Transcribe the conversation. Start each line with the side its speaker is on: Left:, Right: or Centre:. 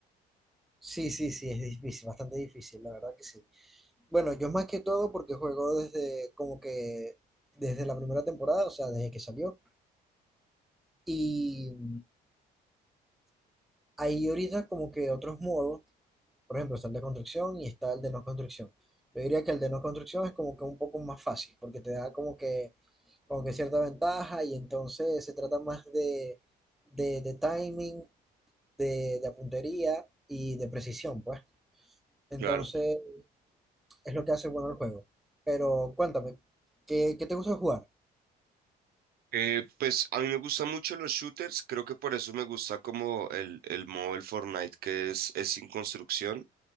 Centre: Sí, sí, sí, es difícil, bastante difícil, la verdad que sí. Bueno, yo más que todo porque juego desde como que desde la primera temporada, o sea, desde que salió Y mm, hay ahorita como que otros modos, por ejemplo, está el de construcción y está el de no construcción. Yo diría que el de no construcción es como que un poco más fácil, porque te da como que, como que cierta ventaja y entonces se trata más de, de, de timing, de, de puntería y de precisión, pues. Entonces
Right: Claro.
Centre: es lo que hace bueno el juego. Pero cuéntame, ¿qué, qué te gusta jugar?
Right: Eh, pues a mí me gustan mucho los shooters, creo que por eso me gusta como el, el modo del Fortnite que es, es sin construcción,